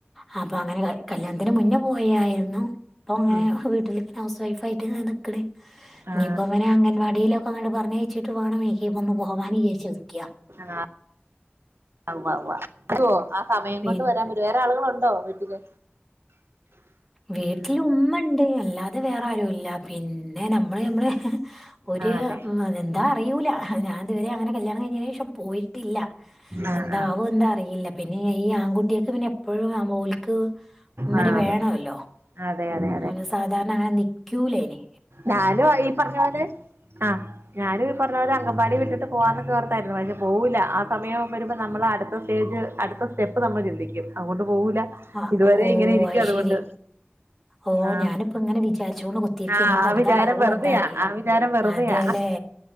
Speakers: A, in the centre; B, on the right.
A: ആ അപ്പൊ അങ്ങനെ ക കല്യാണത്തിന് മുന്നേ പോയിയാരു ന്നു ഇപ്പൊങ്ങനെ
B: ഉം
A: വീട്ടില് ഹൗസ് വൈഫായിട്ട്ങ്ങ് നിക്ക്ണ് ഇഞ്ഞിപ്പൊങ്ങനെ
B: ആ
A: അംഗവാടിയിലൊക്കങ്ങട് പറഞ്ഞയിച്ചിട്ട് വാണം എനിക്ക്പ്പൊന്ന് പൊഹവാന്ന് വിചാരിച്ചര്ക്ക്യാ
B: ആ വാ ഉവാ മുത്തോ ആ സമയം
A: പിന്നെ
B: കൊണ്ട് വരാൻ പറ്റൊ വേറെ ആളുകളൊണ്ടോ വീട്ടില്
A: വീട്ടില് ഉമ്മണ്ട് അല്ലാതെ വേറാരുല്ല പിന്നെ ന മ്മള് നമ്മളെ ഒര്
B: ആ അതെ
A: ഉം അതെന്താ അറിയൂല്ല അത് ഞാൻ ഇതുവരെ അങ്ങനെ കല്യാണം കഴിഞ്ഞേനെഷം പോയിട്ടില്ല.
B: ആ
A: എന്താവോ
B: ആ
A: എന്താ അറിയില്ല പിന്നെ ഈ ആൺകുട്ടിയേക്ക് പിന്നെ എപ്പഴും ആ മോല്ക്ക്‌ ഇമ്മാരെ
B: ആ അതെ
A: വേണവ
B: അതെ അതെ
A: അവന് സാധാരണങ്ങനെ നിക്കൂലയിന്
B: ഞാനു ഈ പറഞ്ഞ പോലെ ആ ഞാനു ഈ പറഞ്ഞ പോലെ അങ്കമ്പാടി വിട്ടിട്ട് പോവാനൊക്കെ ഓർത്താര്ന്നു പക്ഷെ പോവുല്ലാ. ആ സമയം വെരുമ്പം ഞമ്മളാരത്തും സ്റ്റേജ് അടുത്ത സ്റ്റെപ്പ് നമ്മള് ചിന്തിക്കും അവോണ്ടും പോവൂല്ലാ
A: ആഹ്
B: ഇതുവരെ
A: ഓ
B: ഇങ്ങനെ ഇരിക്കാ
A: അത്
B: അതുകൊണ്ട്
A: ശരി. ഓ
B: ആഹ്
A: ഞാനിപ്പങ്ങനെ വിചാരിച്ചോണ്ട് കുത്തിരിക്കേനി
B: ആഹ്
A: ഇപ്പ
B: ആ
A: എന്താ
B: വിചാരം
A: ആവോ
B: വെറുതെയാ
A: എന്താറിയില്ല
B: ആ വിചാരം വെറുതെയാ
A: അതേല്ലേ